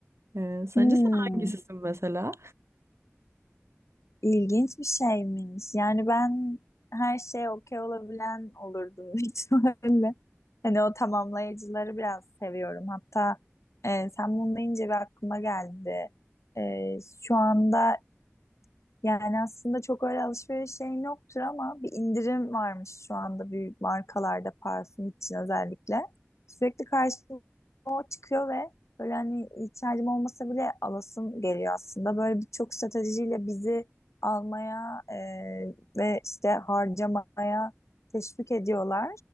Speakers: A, on the right; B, on the left.
A: E, sence
B: Hmm,
A: sen hangisisin mesela?
B: ilginç bir şeymiş. Yani ben her şeye okey olabilen olurdum <laughs> ihtimalle. Hani o tamamlayıcıları biraz seviyorum. Hatta e, sen bunu deyince bir aklıma geldi. E, şu anda Yani aslında çok öyle alışveriş şeyim yoktur ama bir indirim varmış şu anda büyük markalarda parfüm için özellikle. Sürekli karşıma o çıkıyor ve böyle hani ihtiyacım olmasa bile alasım geliyor aslında. Böyle birçok stratejiyle bizi almaya e, ve işte harcamaya teşvik ediyorlar.